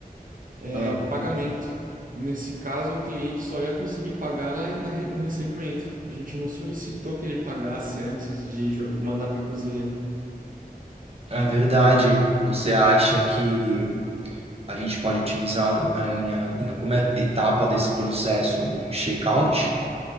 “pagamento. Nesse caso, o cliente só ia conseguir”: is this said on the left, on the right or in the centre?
Right